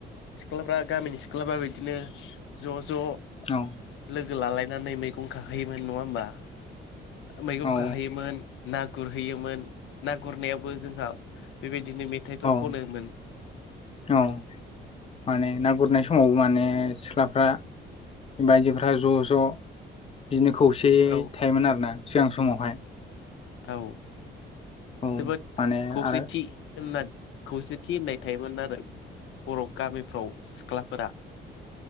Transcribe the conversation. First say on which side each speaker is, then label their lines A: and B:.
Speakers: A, on the left; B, on the left.
A: सिख्लाफ्रा गामिनि सिख्लाफ्रा बिदिनो ज' ज'
B: औ
A: लोगो लालायनानै मै मैगं खाहैयोमोन नङा होमबा मैगं
B: औ
A: खाहैयोमोन ना गुरहैयोमोन ना गुरनायावबो जोंहा बेबायदिनो मेथाइफोर
B: औ
A: खनो <unintelligible>
B: औ माने ना गुरनाय समाव माने सिख्लाफ्रा बायजोफ्रा ज' ज' बिदिनो खौसेयै
A: औ
B: थायोमोन आरो ना सिगां समावहाय
A: औ
B: औ
A: जोबोद
B: माने
A: खौसेथि
B: आरो
A: होननानै खौसेथि होननाय थायोमोन आरो बर' गामिफ्राव सिख्लाफोरा